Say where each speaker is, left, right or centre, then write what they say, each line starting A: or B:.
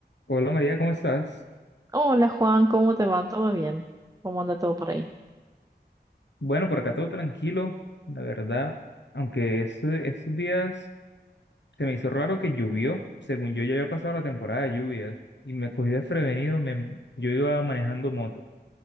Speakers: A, on the left; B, on the right.
A: Hola María, ¿cómo estás?
B: Hola Juan, ¿cómo te va? ¿Todo bien? ¿Cómo anda todo por ahí?
A: Bueno, por acá todo tranquilo, la verdad, aunque es- estos días se me hizo raro que llovió, según yo ya había pasado la temporada de lluvias y me cogí desprevenido, me, yo iba manejando moto